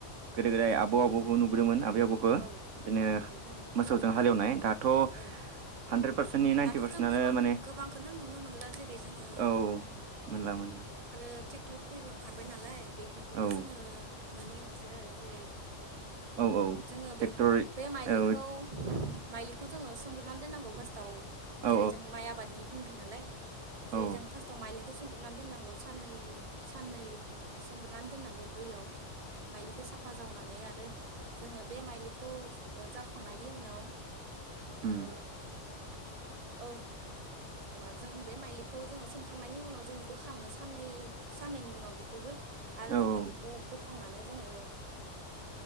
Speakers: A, on the right; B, on the right.
A: गोदो गोदाय आबौ आबौ नुबोदोंमोन आं बेयावबखौ
B: औ
A: बिदिनो
B: औ नंगौ थारैनो
A: मोसौजों हालेवनाय दाथ'
B: औ
A: हानद्रेद पारसेन्टनि नाइन्टि
B: दाथ'
A: पारसेन्टनो
B: जों गोबां
A: माने
B: गोबांखौनो नुनो मोनला जेरै जोङो
A: औ मोनला मोनला
B: टेक्टरफोर ओंखारबाय नालाय बेफोरखौनो
A: औ
B: जोङो <unintelligible> <unintelligible>
A: औ औ
B: जोङो
A: ट्रेक्टर
B: बे बे माइलिखौ
A: औ
B: माइलिखौ जोङो सो गोनानै दोननांगौ फासथ आव जेरै
A: औ
B: जों माइ आबादनि बुं बुं नालाय जेरै
A: औ
B: जों फार्स्टआव माइ होसोमग्रोनानै दोननांगौ साननै साननै सोमग्रोनानै दोननांगौ दैयाव माइलिखौ साफा जावना नै आरो जोङो बे माइलिखौ जावखांनायनि उनाव
A: उम
B: ओ ओ माजों बे माइलिखौ जोङो सोमखांनायनि उनाव जोङो बोखाङो साननै साननैनि उनाव बेखौबो आरो
A: औ
B: जोङो
A: औ
B: बेखौ बोख नानै जोङो